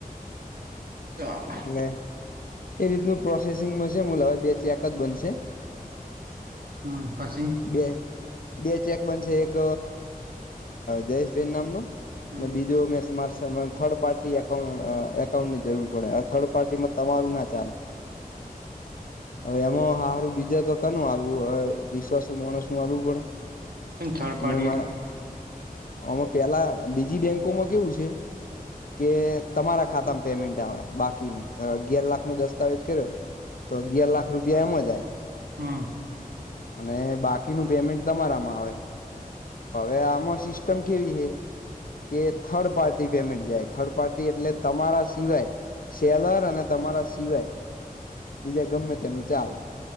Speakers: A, on the right; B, on the left.
A: ચાલે
B: એટલે એ રીતનું પ્રોસેસિંગમાં છે મુલ હવે બે ચ્યાકા જ બનશે
A: હમ પછી
B: બે બે ચેક બનશે એક જયેશભેન નામનું
A: હમ
B: અને બીજું મેં માર થર્ડ પાર્ટી એકઉ એકાઉન્ટ ની જરૂર પડે થર્ડ પાર્ટી માં તમારું ના ચાલે હવે એમાં સારું બીજા તો કેનું હલવું હવે વિશ્વાસ માણસ નું હલવું પડે
A: કેમ થર્ડ
B: અમે
A: પાર્ટી
B: અમારા આમાં પેલા બીજી બેંકોમાં કેવું છે કે તમારા ખાતામાં પેમેન્ટ આવે બાકીનુંું અગિયાર લાખ નો દસ્તાવેજ કર્યો તો અગિયાર લાખ રૂપિયા એમ જાય
A: હા
B: અને બાકીનું પેમેન્ટ તમારામાં આવે હવે આમ સિસ્ટમ કેવી છે કે થર્ડ પાર્ટી પેમેન્ટ જાય થર્ડ પાર્ટી એટલે તમારા સિવાય સેલર અને તમારા સિવાય બીજા ગમે તેનું ચાલે